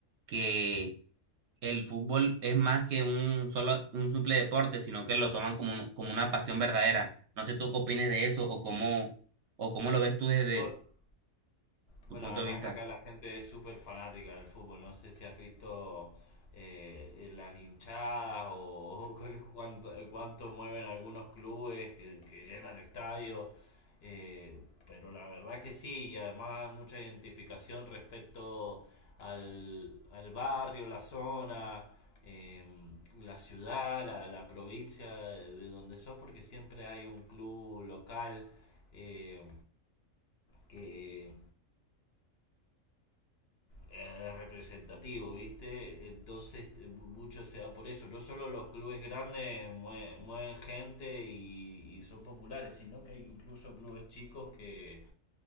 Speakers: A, on the right (about 65°); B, on the left (about 60°).
A: que el fútbol es más que un solo, un simple deporte, sino que lo toman como, un- como una pasión verdadera. No sé tú qué opines de eso o cómo, o cómo lo ves tú desde
B: Bu-
A: tu
B: Pues
A: punto
B: la verdad
A: de vista.
B: que acá la gente es súper fanática del fútbol. No sé si has visto eh, eh, las hinchadas o, <laughs> con cuánto, eh, cuánto mueven algunos clubes que, que llenan estadios. eh, pero la verdad que sí, y además mucha identificación respecto al, al barrio, la zona, eh, la ciudad, la, la provincia de donde sos, porque siempre hay un club local eh, que eh, es representativo, ¿viste? Entonces mucho se da por eso. No solo los clubes grandes mue- mueven gente y, y son populares, sino que hay incluso clubes chicos que,